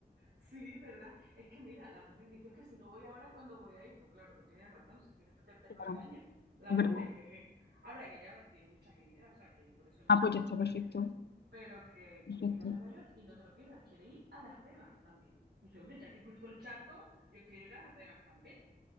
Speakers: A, on the right; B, on the left.
A: Sí, ¿verdad? Es que mira, la mujer dice, es que si no voy ahora, ¿cuándo voy a ir? Pues claro, pues tienes razón, si tiene setenta
B: Claro,
A: y nueve años, la
B: es
A: pobre
B: verdad.
A: que... Ahora que ya tiene mucha agilidad, o sea que por eso no
B: Ah,
A: hay problema,
B: pues ya está,
A: ¿no?
B: perfecto.
A: Pero que
B: Perfecto.
A: quiere ir a Nueva York y no te lo pierdas, quiere ir a Las Vegas también. Dice, hombre, ya que cruzó el charco, yo quiero ir a Las Vegas también.